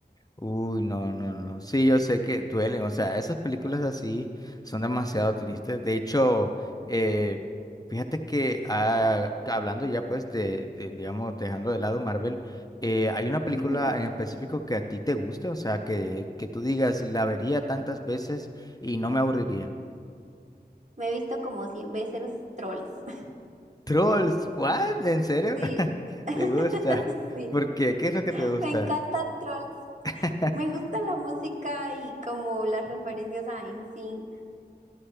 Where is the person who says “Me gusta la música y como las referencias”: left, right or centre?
Right